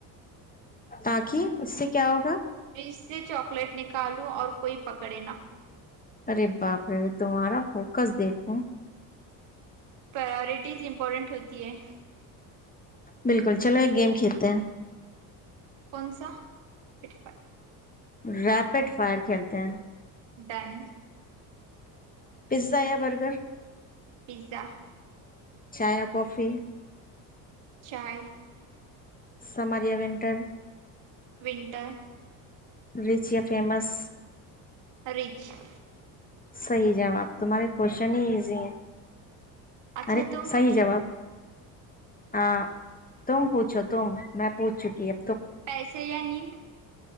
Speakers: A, on the left; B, on the right.
A: تاکہ اس سے کیا ہوگا
B: اس سے چاکلیٹ نکالوں اور کوئی پکڑے نا
A: ارے باپ رے تمہارا فوکس دیکھو
B: پرورٹیز امپورٹنٹ ہوتی ہے
A: بالکل چلو ایک گیم کھیلتے ہیں
B: کون سا پف
A: ریپڈ فائر کھیلتے ہیں
B: ڈن
A: پیزا یا برگر
B: پزا
A: چایا کوفی
B: چائے
A: سمر یا ونٹر
B: ونٹر
A: ریچ یا فیمس
B: رچ <inaudible>
A: صحیح جواب تمہارے کوشچن ہی ایزی ہیں
B: اچھا
A: ارے
B: تم
A: سی
B: پوچھو
A: جاب آ تم پوچھو تم میں پوچھ چکی ا
B: پیسے یا نیند